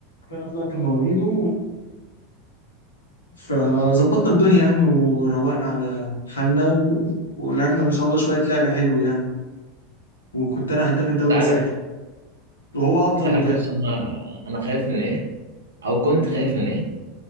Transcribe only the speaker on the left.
فانا طلعت المواليد و... فظبطنا الدنيا يعني وروقنا على حالنا و... ولعبنا ما شاء الله شويه لعبه حلوه يعني وكنت انا هداف الدوري
ساعتها وهو افضل
مدافع
من ايه